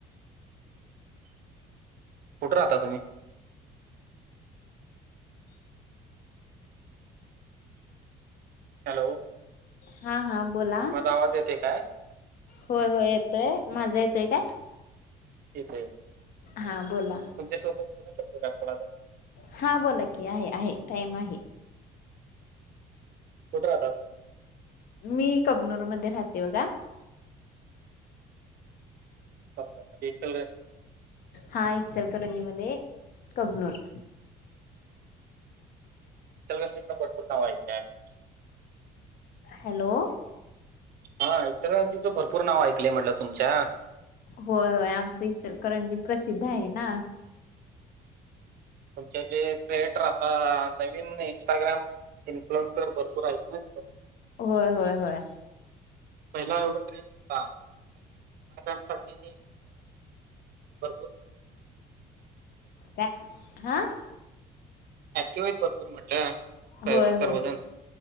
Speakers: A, on the right; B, on the left.
A: कुठं राहता तुम्ही? हॅलो
B: हा हा बोला.
A: माझा आवाज येतोय काय
B: होय होय येतोय माझं येतोय, माझा येतोय काय.
A: येतोय
B: हां बोल
A: तुमच्यासोबत बोलु शकतो का थोडावेळ.
B: हा बोला की आहे आहे टाईम आहे.
A: कुठं राहता तुम्ही?
B: मी कबनूरमध्ये राहते बघा.
A: <inaudible>
B: हा इचलकरंजी मध्ये कबनूर.
A: ् <inaudible>
B: हॅलो
A: हा इचलकरंजीचं भरपूर नाव ऐकलंय म्हटलं तुमच्या.
B: होय होय आमचं इचलकरंजी प्रसिद्ध आहे ना.
A: तुमच्या ते क्रिएटर आता नवीन इंस्टाग्राम. इन्सुलन्स तर भरपूर आहेत ना तिथ
B: होय होय होय
A: पहिला एवढा <inaudible> साठी भरपुर
B: का हा <inaudible>
A: <unintelligible> भरपूर म्हटलं स
B: होय
A: सर्वजण
B: होय